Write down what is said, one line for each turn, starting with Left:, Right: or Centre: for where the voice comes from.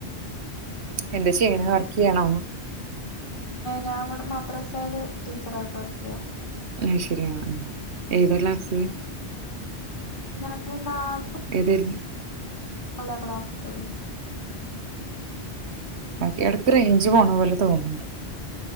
Right: എന്താ ചെയ്യ്ണ് വർക്ക് ചെയ്യാണോ
Left: ഞാൻ ഇവിടെ മദ്രസ്സയില് ടീച്ചറായിട്ട് വർക്കെയ്യാ
Right: ആയ് ശരി ആ-ആ ഏതാ ക്ലാസ്
Left: ഞാന് നാല്
Right: ഏതായിരുന്നു
Left: പലാ ക്ലാസുകൾ ഉണ്ട്
Right: ഒക്കെ എടക്ക് റേഞ്ച് പോണ പോലെ തോന്നുന്നുണ്ട്